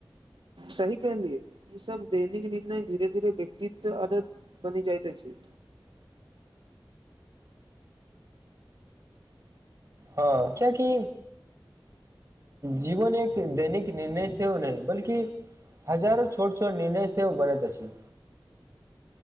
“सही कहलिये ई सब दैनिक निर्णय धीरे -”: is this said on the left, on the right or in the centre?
Right